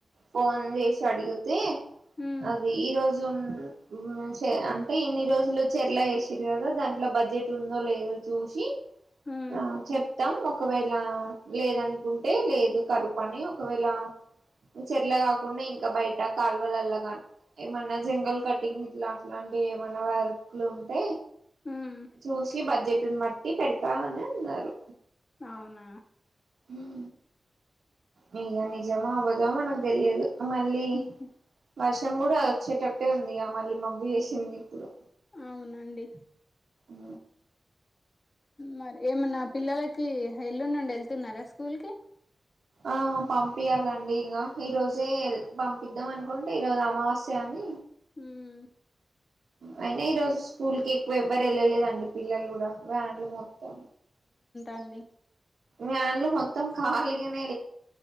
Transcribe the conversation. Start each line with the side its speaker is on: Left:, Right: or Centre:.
Right: ఫోన్ చేసి అడిగితే
Left: ఉమ్
Right: అది ఈరోజు జూన్ అంటే ఇన్ని రోజులు చెట్ల ఎలా వేసిరు కదా దాంట్లో బడ్జెట్ ఉందో లేదో చూసి
Left: ఉమ్
Right: ఆ చెప్తాం ఒకవేళ లేదను. అంటే లేదు కరుపని ఒకవేళ చెర్ల కాకుండా ఇంకా బయట కాలువలలా కా ఏమన్నా జంగల్ కటింగ్ ఇట్లా అట్లా ఇగ ఏమన్నా వర్క్ ఉంటే
Left: ఉమ్
Right: చూసి బడ్జెట్ని బట్టి పెడతా అని అన్నారు.
Left: అవునా
Right: ఉం ఇక నిజమా అబద్ధమో మనకు తెలియదు మళ్ళీ
Left: మ్హ్
Right: వర్షం కూడా వచ్చేటట్టే ఉంది మళ్ళీ మబ్బు చేసింది ఇప్పుడు
Left: అవునండి.
Right: ఉ
Left: మరి ఏమన్నా పిల్లలకి ఎల్లుండండి వెళ్తున్నారా స్కూల్ కి,
Right: ఆ పంపియాలండి ఇంక ఈరోజే పంపిద్దాం అనుకుంటే ఈరోజు అమావాస్య అని
Left: ఉం
Right: అయినా ఈ రోజు స్కూల్ కి ఎక్కువ ఎవ్వరు వెళ్ళలేదండి. పిల్లలు కూడా వ్యాన్లు మొత్తాం.
Left: అన్ని
Right: వ్యాన్లు మొత్తం కాలిగానే